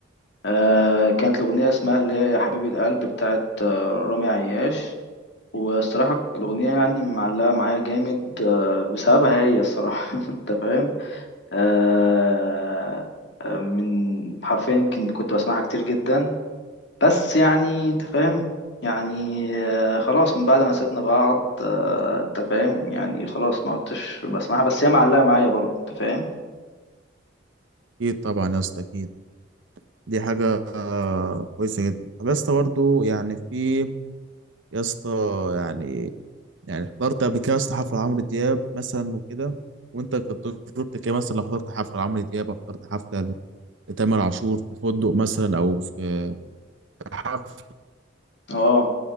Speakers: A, on the left (about 65°); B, on the right (about 75°).
A: آه كانت الأغنية اسمها اللي هي يا حبيبي القلب بتاعت آه رامي عياش والصراحة الأغنية يعني معلقة معايا جامد آه بسببها هي الصراحة <laughs> أنت فاهم آه آه، من حرفيا يمكن كنت بسمعها كتير جدا بس يعني أنت فاهم يعني آه خلاص من بعد ما سيبنا بعض آه أنت فاهم يعني خلاص ما عدتش بسمعها بس هي معلقة معايا برضه أنت فاهم
B: أكيد طبعا يا اسطى أكيد دي حاجة آه، كويسة جدا طب يا اسطى برضه يعني في يا اسطى يعني يعني حضرت قبل كده يا اسطى حفلة عمرو دياب مثلا وكده وانت كانت تجربتك ايه مثلا لو حضرت حفلة لعمرو دياب او حضرت حفلة لتامر عاشور في فندق مثلا او في حفلة
A: اه